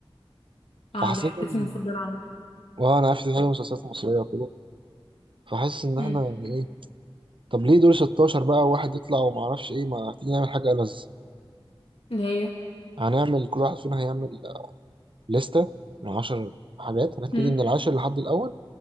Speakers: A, on the right; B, on the left.
A: فحسيت
B: اه دي حتتي
A: ان
B: المفضلة عامة
A: اه انا عارف دي حاجة مسلسلات مصرية وكده فحاسس ان
B: امم
A: احنا يعني ايه طب ليه دور 16 بقى واحد يطلع وما اعرفش ايه ما تيجي نعمل حاجة ألذ
B: اللي هي
A: هنعمل كل واحد فينا هيعمل آه، لستة من 10 حاجات هنبتدي
B: امم
A: من العاشر لحد الأول